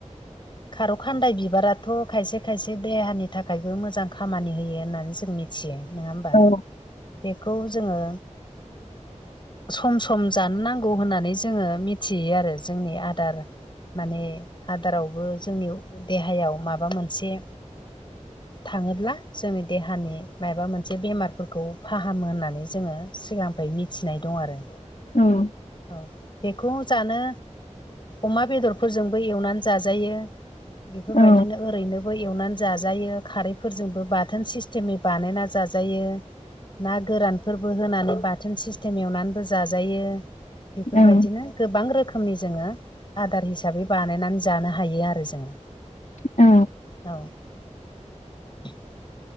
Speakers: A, on the left; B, on the left.
A: खारौ खान्दाय बिबाराथ' खायसे खायसे देहानि थाखायबो मोजां खामानि होयो होननानै जोंनि मिथियो नङा होमबा।
B: औ
A: बेखौ जोङो सम सम जानो नांगौ होननानै जोङो मिथियो आरो जोंनि आदार। माने आदारावबो जोंनि देहायाव माबा मोनसे थाङोब्ला जोंनि देहानि माबा मोनसे बेमारफोरखौ फाहामो होननानै जोङो सिगांनिफ्राय मिथिनाय दं आरो।
B: ओम।
A: औ बेखौ जानो अमा बेदरफोरजोंबो एवनानै जाजायो। बेफोरबायदिनो
B: औ
A: ओरैनो बो एवनानै जाजायो खारैफोरजोंबो बाथोन सिस्टेमै बानायना जाजायो। ना गोरानफोरबो होनानै बाथोन सिस्टेम एवनानैबो जाजायो बेफोर
B: औ
A: बायदिनो गोबां रोखोमनि जोङो आदार हिसाबै बानायनानै जानो हायो आरो जोङो।
B: औ।
A: औ। <inaudible>